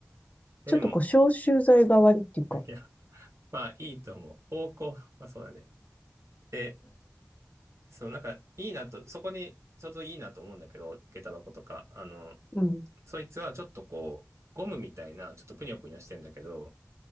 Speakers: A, on the right; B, on the left.
A: や、
B: ちょっとこう、
A: でも、
B: 消臭剤代わりっていうか、
A: <laughs> いや、まあ、いいと思う。方向、<laughs> まあ、そうだね。で、そう、なんか、いいなと、そこに、ちょうどいいなと思うんだけど、下駄箱とか、あの、
B: うん、
A: そいつはちょっとこう、ゴムみたいな、ちょっとぷにょぷにょしてんだけど、